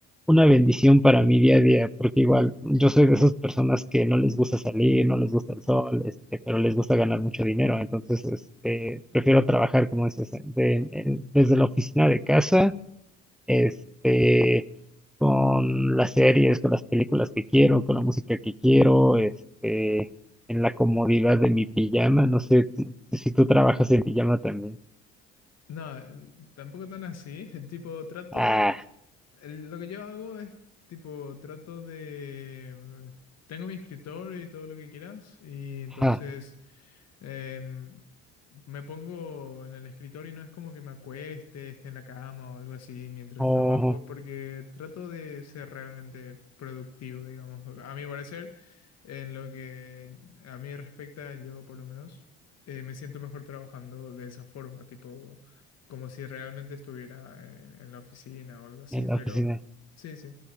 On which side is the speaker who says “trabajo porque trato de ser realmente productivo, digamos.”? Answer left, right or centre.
Left